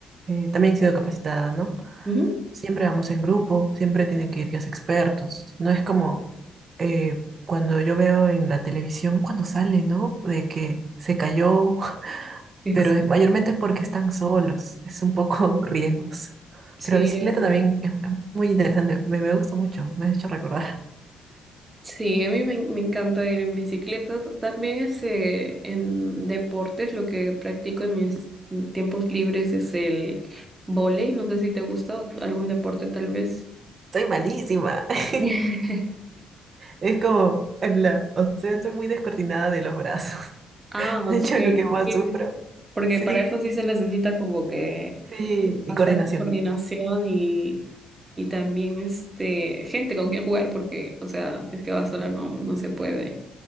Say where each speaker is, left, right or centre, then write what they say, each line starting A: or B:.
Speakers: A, on the right; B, on the right.
A: eh, también he sido capacitada, ¿no?
B: Ujú,
A: Siempre vamos en grupo, siempre tiene que ir guías expertos. No es como eh, cuando yo veo en la televisión, cuando sale, ¿no? De que se cayó, <laughs>
B: Exacto.
A: pero es- mayormente es porque están solos, es un poco <laughs> riesgos.
B: Sí,
A: Pero bicicleta
B: em,
A: también es, es muy interesante, me, me gusta mucho, me has hecho recordar.
B: sí, a mí me, me encanta ir en bicicleta. Ta- También es, eh, en deportes, lo que practico en mis tiempos libres es el vóley. No sé si te gusta o algún deporte tal vez.
A: Soy malísima. <laughs>
B: <laughs>
A: Es como, en la, o sea, soy muy descoordinada de los brazos.
B: Ah,
A: <laughs>
B: ok.
A: De hecho, lo que más
B: sí.
A: sufro,
B: Porque
A: sí,
B: para eso sí se necesita como que
A: sí,
B: bastante
A: y coordinación.
B: coordinación y, y también este gente con quien jugar, porque, o sea, si es que vas sola no, no se puede.